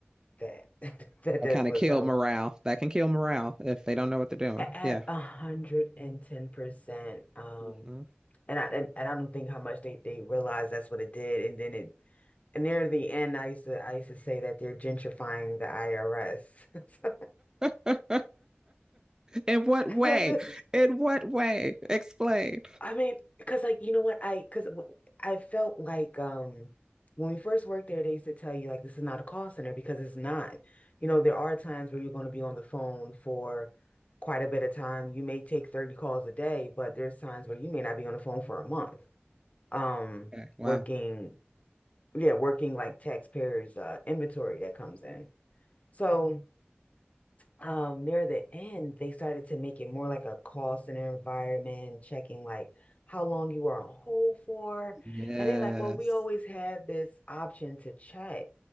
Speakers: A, on the left; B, on the right.
A: that <laughs> that
B: That
A: this
B: kind
A: was
B: of killed
A: um
B: morale. That can kill morale if they don't know what they're doing.
A: at
B: Yeah.
A: a hundred and ten percent um
B: hmm
A: and I and, and I don't think how much they they realized that's what it did and then it And near the end, I used to I used to say that they're gentrifying the IRS. <laughs> So,
B: <laughs> In what way?
A: so I said-
B: In what way? Explain.
A: I mean, because like you know what I because I felt like um when we first worked there, they used to tell you like this is not a call center because it's not. You know, there are times where you're going to be on the phone for quite a bit of time. You may take 30 calls a day, but there's times where you may not be on the phone for a month. Um,
B: Okay. Wow.
A: working, yeah, working like taxpayers' uh, inventory that comes in. So. um near the end they started to make it more like a call center environment checking like how long you were on hold for
B: Yes.
A: and they like well we always had this option to check